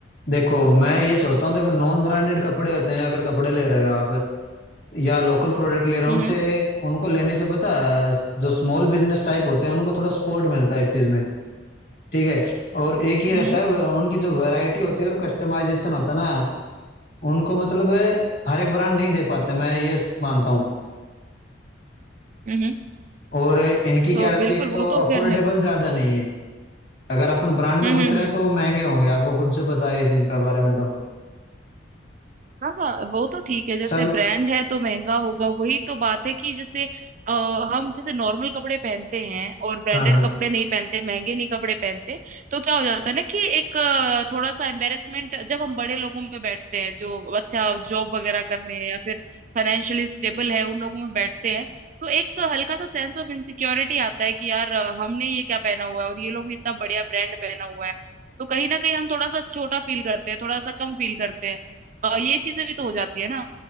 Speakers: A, on the left; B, on the right.
A: देखो मैं ये सोचता हूँ देखो नॉन ब्रांडेड कपड़े होते हैं अगर कपड़े ले रहे हो आप या लोकल प्रोडक्ट ले रहा
B: हम्म
A: हूँ उनसे उनको लेने से पता है, जो स्मॉल बिजनेस टाइप होते हैं उनको थोड़ा सपोर्ट मिलता है इस चीज में ठीक है और एक ये
B: हम्म
A: रहता है वे- उनकी जो वैरायटी होती है और कस्टमाइजेशन होता है ना उनको मतलब हर एक ब्रांड नहीं दे पाते मैं ये मानता हूँ
B: हम्म हम्म।
A: और इनकी
B: तो
A: क्या रहती
B: बिल्कुल
A: है एक तो
B: वो तो
A: अफोर्डेबल
B: खैर है
A: ज्यादा नहीं है अगर अपन ब्रांड में
B: हम्म
A: घुस
B: हम्म
A: रहे हैं
B: हम्म
A: तो वो महंगे होंगे आपको खुद से पता है इस चीज का बारे में तो
B: हाँ हाँ वो तो ठीक है जैसे
A: सब
B: ब्रांड है तो महंगा होगा वही तो बात है कि जैसे अ, हम जैसे नॉर्मल कपड़े पहनते हैं और ब्रांडेड
A: हाँ हाँ
B: कपड़े नहीं पहनते महंगे नहीं कपड़े पहनते तो क्या हो जाता है ना कि एक अ, थोड़ा सा एम्बेरसमेंट जब हम बड़े लोगों में बैठते हैं जो अच्छा जॉब वगैरह कर रहे हैं या फिर फाइनेंशियली स्टेबल है उन लोगों में बैठते हैं तो एक हल्का सा सेंस ऑफ इनसिक्योरिटी आता है कि यार अ, हमने ये क्या पहना हुआ है और ये लोग भी इतना बढ़िया ब्रांड पहना हुआ है तो कहीं ना कहीं हम थोड़ा सा छोटा फील करते हैं थोड़ा सा कम फील करते हैं अ, ये चीजें भी तो हो जाती है ना